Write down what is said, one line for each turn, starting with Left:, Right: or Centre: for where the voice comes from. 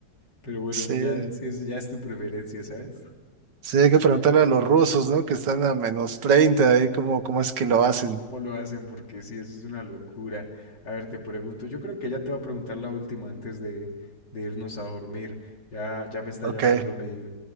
Left: Pero bueno,
Right: Sí,
Left: ya, si es, ya es tu preferencia, ¿sabes?
Right: sí, hay que preguntarle a los rusos, ¿no? Que están a menos 30 ahí cómo, cómo es que lo hacen.
Left: ¿Cómo lo hacen? Porque sí, eso es una locura. A ver, te pregunto, yo creo que ella te va a preguntar la última antes de, de irnos a dormir. Ya, ya me está
Right: Ok.
Left: llamando mi,